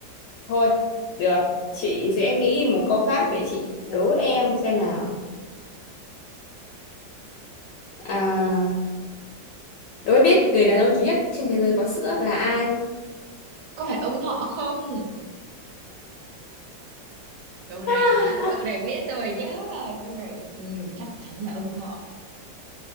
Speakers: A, on the left; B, on the right.
A: thôi được chị sẽ nghĩ một câu khác để chị đố em xem nào À, đố em biết người đàn ông duy nhất trên thế giới có sữa là ai?
B: có phải ông Thọ không câu này
A: <laughs>
B: nhá, câu này biết rồi nhá câu này ừ, chắc chắn là ông Thọ